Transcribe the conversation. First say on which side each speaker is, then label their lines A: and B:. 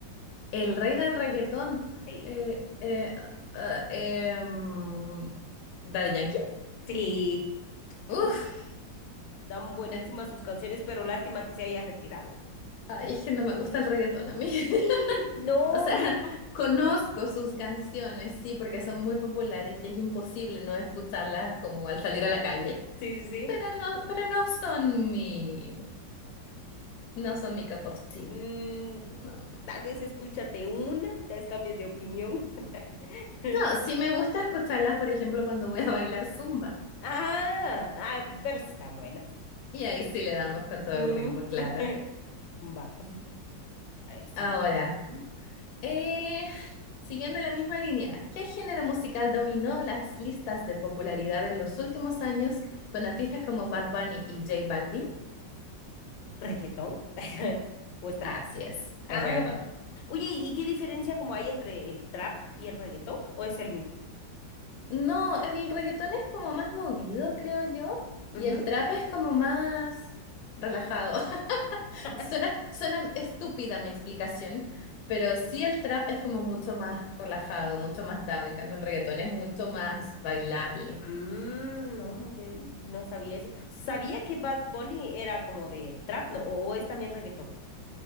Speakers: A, on the left; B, on the left.
A: El rey del reggaetón.
B: Sí.
A: Eh, eh, ah, ah, em, Daddy Yankee.
B: Sí. Están,
A: Uf.
B: buen- están buenísimas
A: eh,
B: sus canciones, pero lástima que se haya retirado.
A: Ay, es que no me gusta el reggaetón a mí. <laughs>
B: <gasps> No.
A: O sea, conozco sus canciones, sí, porque son muy populares y es imposible no escucharlas como al salir a la calle,
B: Sí, sí, sí.
A: pero no, pero no son mi, no son mi cup of tea.
B: Mm,
A: No,
B: Tal vez escúchate una, tal vez cambies de opinión. <laughs>
A: no, sí me gusta escucharlas, por ejemplo, cuando voy a bailar zumba.
B: Ah, ah, pero sí están buenas.
A: Y ahí sí le damos con todo
B: Mm,
A: el ritmo, claro.
B: <laughs> Va, a ver, siguiente.
A: Ahora.
B: Ujú.
A: Eh, siguiendo la misma línea, ¿qué género musical dominó las listas de popularidad en los últimos años con artistas como Bad Bunny y J Balvin?
B: ¿Reggaetón? <laughs> ¿O es trap?
A: Así es,
B: Ah,
A: el reggaetón.
B: oye, ¿y qué diferencia como hay entre el trap y el reggaetón? ¿O es el mismo?
A: No, el reggaetón es como más movido, creo yo,
B: Ujú.
A: y el trap es como más relajado. <laughs>
B: <laughs>
A: Suena, suena estúpida mi explicación, pero sí el trap es como mucho más relajado, mucho más down. En cambio, el reggaetón es mucho más bailable.
B: Mm, no, ve- no sabía eso. Sabía que Bad Bunny era como del trap, ¿no? ¿O, o es también reggaetón?